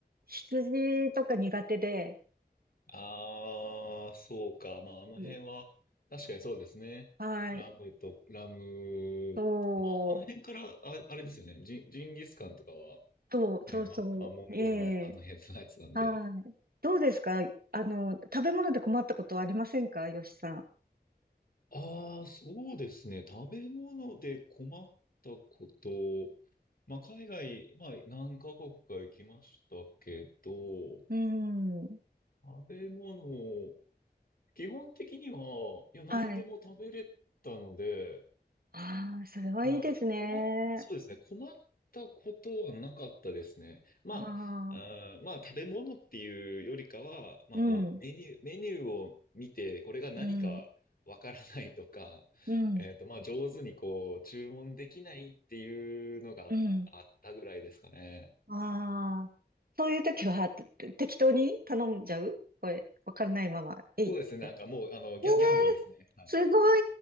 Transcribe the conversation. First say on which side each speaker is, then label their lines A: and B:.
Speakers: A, on the right; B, on the left.
A: 羊とか苦手で。
B: ああ、そうか。まあ、あの辺は、
A: うん
B: 確かにそうですね。
A: はい。
B: ラムと、ラム、
A: そう、
B: まあ、あの辺から、あ、あれですよね。ジン、ジンギスカンとかは、
A: そう、
B: ね、
A: そうそう。
B: まあ、まあ、モンゴルのあの辺のやつなんで、
A: ええはい。どうですかあの、食べ物で困ったことはありませんかよしさん。
B: ああ、そうですね。食べ物で困ったこと。まあ、海外、まあ、何カ国か行きましたけど、
A: うん。
B: 食べ物、基本的には、いや、何でも食べれたので、
A: はい。ああ、それはいいですね。
B: はい。困っ、そうですね。困ったことはなかったですね。まあ、
A: ああ、
B: あーまあ、食べ物っていうよりかは、まあ、
A: うん、
B: こう、メニュー、メニューを見て、これが何かわからないとか、
A: うん、うん、
B: えっと、まあ、上手にこう、注文できないっていうのがあったぐらいですかね。
A: うん。ああ、そういう時はて適当に頼んじゃうこれ、わからないまま、えいって。
B: そうですね。なんかもう、あの、ギャ、
A: ええすご
B: ギャンブルですね。はい。